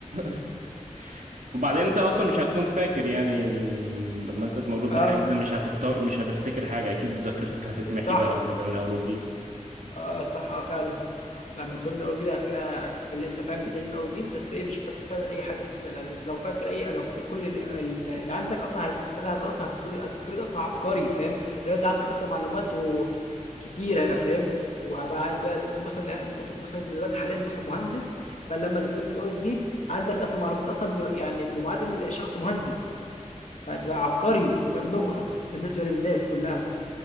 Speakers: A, on the right; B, on the left.
A: <laughs> وبعدين انت اصلا مش هتكون فاكر يعني ال... لما انت مولود
B: آه،
A: بحاجة جديدة مش هتفت... مش هتفتكر حاجة اكيد ذاكرتك هتتمحي
B: صح،
A: بقى ان انت من اول وجديد
B: آه، صح، آه، فعلًا. لمّا اتولد من أول وجديد كده كان لسه فاهم بيتعيد من أول وجديد، بس إيه مش فاكر فعلًا أي حاجة ف لأن أنت لو فاكر أي لو فاكر كل ال ال اللي عندك أصلًا هت ساعتها هت أصلًا هتتولد هتتولد أصلًا عبقري فاهم، اللي هو أنت عندك أصلًا معلومات و كتيرة فاهم، وبقى أنت بقى ممكن مثلًا ممكن تكون مثلًا انت دلوقتي حاليًا مثلًا مهندس، فلمّا تتولد من أول وجديد عندك أصلًا معلومات أصلًا ب يعني بمعادل شخص مهندس، فهتبقى عبقري فاهم، نُبغة بالنسبة للناس كلها.